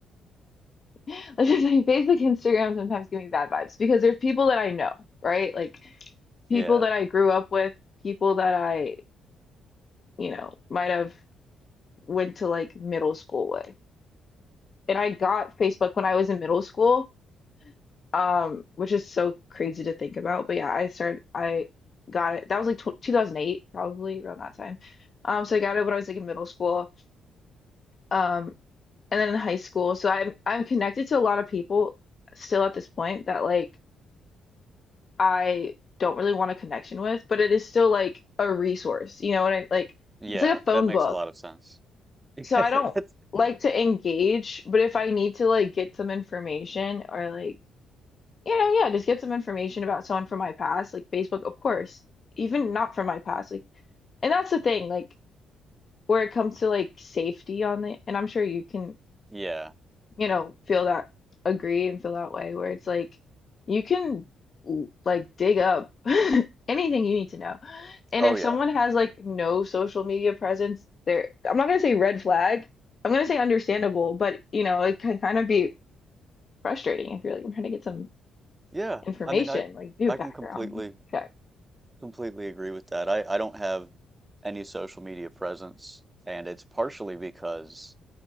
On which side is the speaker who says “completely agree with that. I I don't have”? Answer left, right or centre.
Right